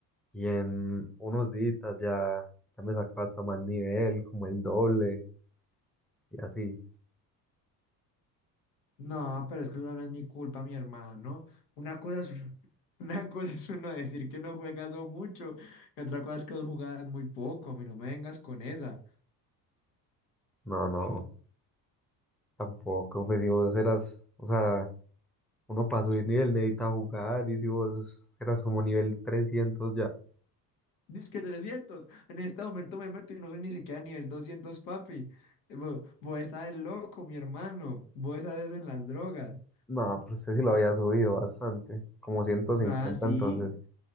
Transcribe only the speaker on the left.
No, pero es que eso no es mi culpa, mi hermano. Una cosa es, uno- <laughs> una cosa es uno decir que no juegas o mucho, y otra cosa es que jugaba muy poco. A mí no me vengas con esa.
Dice que trescientos En este momento me meto y no soy ni siquiera ni el doscientos papi. Eh, Vo- Vos, estás loco, mi hermano. Vos estás en las drogas.
Nada,
sí,